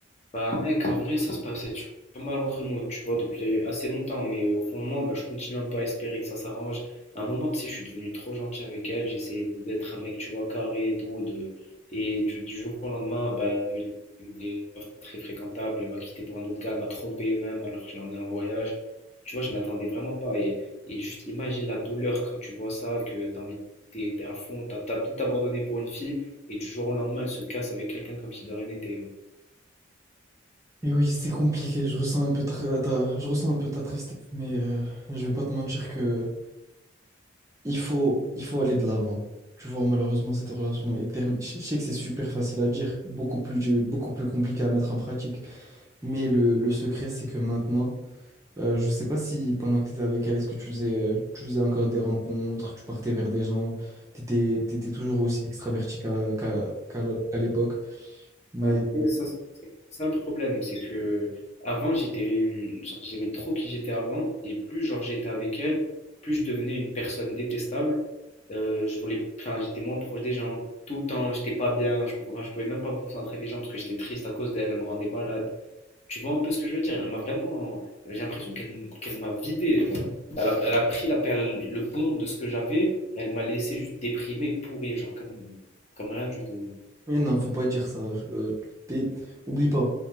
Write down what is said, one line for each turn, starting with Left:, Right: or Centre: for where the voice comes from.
Left: Bah mec, en vrai, ça se passait super mal entre nous, tu vois, depuis assez longtemps, mais euh, au fond de moi, bah, je continue un peu à espérer que ça s'arrange. À un moment, tu sais, je suis devenu trop gentil avec elle, j'essayais d- d'être un mec, tu vois, carré et tout, de... et du, du jour au lendemain, bah, elle est devenue avec des meufs pas très fréquentables, elle m'a quitté pour un autre gars, elle m'a trompé même, alors que je l'ai en voyage. Tu vois, je m'attendais vraiment pas, et, et juste imagine la douleur quand tu vois ça, que t'as envie, t'es, t'es à fond, t'as, t'as tout abandonné pour une fille, et du jour au lendemain, elle se casse avec quelqu'un comme si de rien n'était. hein.
Right: Et oui, c'est compliqué, je ressens un peu ta, ta- je ressens un peu ta tristesse, mais euh, je vais pas te mentir que il faut, il faut aller de l'avant. Tu vois, malheureusement, cette relation est terminée. Je je sais que c'est super facile à dire, beaucoup plus, beaucoup plus compliqué à mettre en pratique. Mais le, le secret, c'est que maintenant, euh, je sais pas si pendant que tu étais avec elle, est-ce que tu faisais, euh, tu faisais encore des rencontres, tu partais vers des gens, tu étais, toujours aussi extraverti qu'à la- qu'à, qu'à la- qu'à l'époque. Mais
Left: Ah, tu sais, ça, c'est c'est ça le problème, c'est que avant j'étais une- genre j'aimais trop qui j'étais avant et plus genre j'étais avec elle, plus je devenais une personne détestable. Euh, je voulais, enfin j'étais moins proche des gens tout le temps, j'étais pas bien, je pouvais, enfin, je pouvais même pas me concentrer avec les gens parce que j'étais triste à cause d'elle, elle me rendait malade. Tu vois un peu ce que je veux dire? Elle m'a vraiment, j'ai l'impression qu'elle m- qu'elle m'a vidé. genre. Elle a, elle a pris la, perle- le bon de ce que j'avais, et elle m'a laissé juste déprimé, pourri, genre comme comme rien du tout.
Right: Mais non, faut pas dire ça. Euh, t'es- Oublie pas,